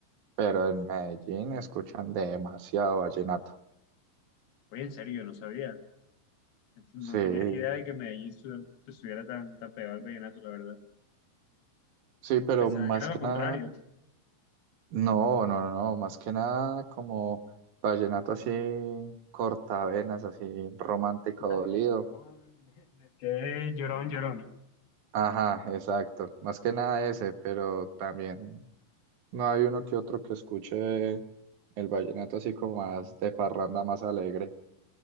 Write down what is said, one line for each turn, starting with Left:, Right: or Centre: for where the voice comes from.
Right: pero en Medellín escuchan demasiado vallenato.
Left: Oye, en serio, yo no sabía. <laughs> No
Right: Sí,
Left: tenía ni idea de que Medellín estu- estuviera tan, tan pegado al vallenato, la verdad.
Right: sí, pero
Left: Pensaba
Right: más
Left: que era
Right: que
Left: lo contrario.
Right: nada, no, no, no, no, más que nada como vallenato así cortavenas, así romántico
Left: Ah,
Right: dolido.
Left: el llorón, <laughs> del que es llorón, llorón.
Right: Ajá, exacto, más que nada ese, pero también no hay uno que otro que escuche el vallenato así como más de parranda, más alegre.